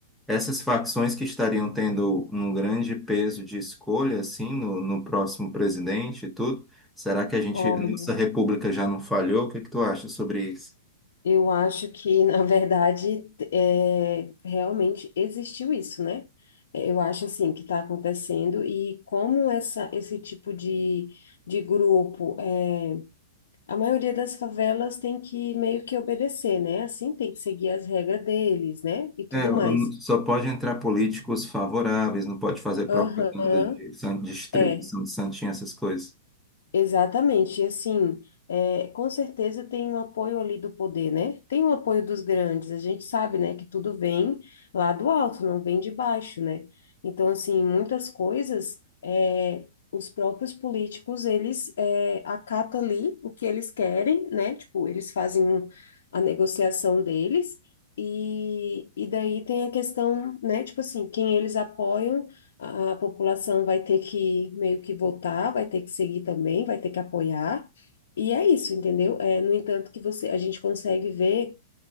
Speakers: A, in the centre; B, on the left.
A: essas facções que estariam tendo um grande peso de escolha assim no, no próximo presidente e tudo? Será que a gente,
B: Olha,
A: a nossa república já não falhou? O que é que tu acha sobre isso?
B: eu acho que, <laughs> na verdade, é, realmente existiu isso, né? É, Eu acho, assim, que está acontecendo e como essa, esse tipo de, de grupo é A maioria das favelas tem que meio que obedecer, né? Assim, tem que seguir as regras deles, né? E tudo
A: É, eu-
B: mais.
A: só pode entrar políticos favoráveis, não pode fazer propaganda
B: Aham,
A: de san- distribuição
B: é.
A: de santinha, essas coisas.
B: Exatamente, e assim, é, com certeza tem um apoio ali do poder, né? Tem um apoio dos grandes, a gente sabe, né, que tudo vem lá do alto, não vem de baixo, né? Então, assim, muitas coisas, é, os próprios políticos, eles é, acatam ali o que eles querem, né? Tipo, eles fazem um- a negociação deles, e, e daí tem a questão, né, tipo assim, quem eles apoiam a população vai ter que meio que votar, vai ter que seguir também, vai ter que apoiar. E é isso, entendeu? É, no entanto, que você, a gente consegue ver